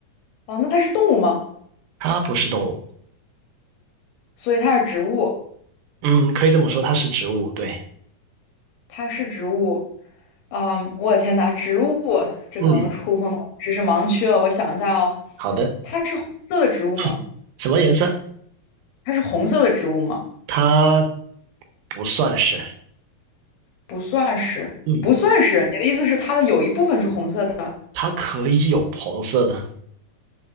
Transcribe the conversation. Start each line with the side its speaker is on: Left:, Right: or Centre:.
Left: 啊。那它是动物吗？
Right: 它不是动物。
Left: 所以它是植物，
Right: 嗯，可以这么说，它是植物。对，
Left: 它是植物。啊，我的天呐，植物，这可能触碰到知识盲区了。
Right: 嗯，
Left: 我想一下哦，
Right: 好的。
Left: 它是红色的植物吗？
Right: 嗯，什么颜色？
Left: 它是红色的植物吗？
Right: 它不算是。
Left: 不算是，
Right: 嗯，
Left: 不算是。你的意思是它的有一部分是红色的，
Right: 它可以有红色的。